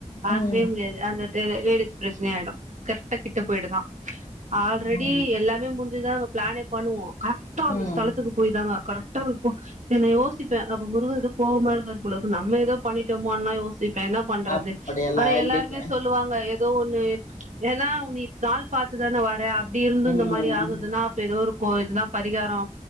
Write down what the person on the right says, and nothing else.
பாக்கவே
முடியாது அந்த லேடிஸ் பிரச்சன ஆயிடு கரெக்டகிட்ட போயிடு தா ஆல்ரெடி
எல்லாமே முடிஞ்சுதா நம்ம பிளானே பண்ணுவோ கரெக்டா அந்தஸலத்துக்கு
போய் தாங்க கரெக்டா வப்போ என்ன யோசிப்பே அப்ப முருகதொ கோவமா இருக்க பொழுக்கு நம்ம ஏதோ பண்ணிட்டோமோ யோசிப்பே என்ன பண்றது
ஆனா
எல்லாருமே சொல்லுவாங்க ஏதோ ஒண்ணு ஏன்னா உன்னி நாள் பார்த்துதானே வரே அப்டி இருந்து
இந்த மாரி ஆகுதுன்னா அப்ப ஏதோ ஒர் ப்போதுதா பரிகாரோ